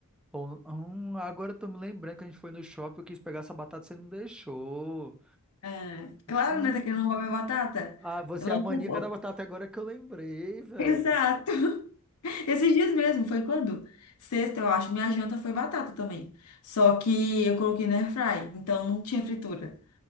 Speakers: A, in the centre; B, on the left.
A: Ou, hum, agora eu tô me lembrando que a gente foi no shopping, eu quis pegar essa batata, você não deixou.
B: Ah, claro,
A: Hum.
B: né? Tá querendo roubar minha batata?
A: Ah, você
B: Ela
A: é a maníaca
B: roubou.
A: da batata é agora que eu lembrei,
B: <laughs>
A: velho.
B: Exato. Esses dias mesmo, foi quando? Sexta, eu acho. Minha janta foi batata também. Só que eu coloquei na airfry, então não tinha fritura.